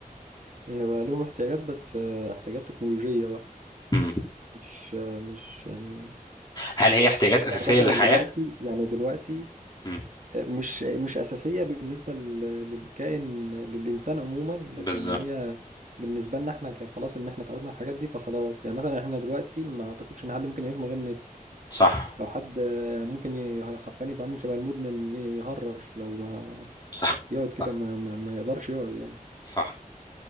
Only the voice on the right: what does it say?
هي بقى ليهم احتياجات بس آه، احتياجات تكنولوجية بقى
مش آه، مش يعني
يعني مثلا
دلوقتي يعني دلوقتي
مش مش أساسية بالنسبة لل- للكائن للإنسان عموما لكن
هي بالنسبة لنا احنا ك- خلاص ان احنا اتعودنا على الحاجات دي فخلاص يعني مثلا احنا دلوقتي ما اعتقدش ان حد ممكن يعيش من غير النت
لو حد آه، ممكن ي- حرفيا يبقى عامل شبه المدمن يهرش لو ما
يقعد كده
ما, ما, ما يقدرش يقعد يعني